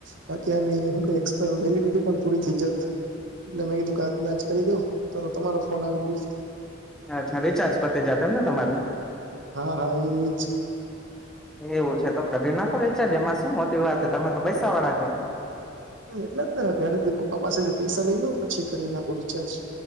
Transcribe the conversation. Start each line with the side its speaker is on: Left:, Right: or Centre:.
Right: બાકી હું એક્સપા વેલડીટી પણ પૂરી થઈ જત. એટલે મેં કીધું આજ ના આજ કરી દઉં તો તમારો ફોન આવી ગિયો
Centre: અચ્છા રિચાર્જ પતી જાતે એમ ને તમારું
Right: હા હા ઈ ઈ ઈજ
Centre: એવું છે તો કરી નાખો રિચાર્જ એમાં શું મોટી વાત તમે તો પેસા વાળા છો
Right: એટલે જ તો ધરે દેકો પપ્પા પાસેથી પૈસા લઈ લઉં પછી કરી નાખું રિચાર્જ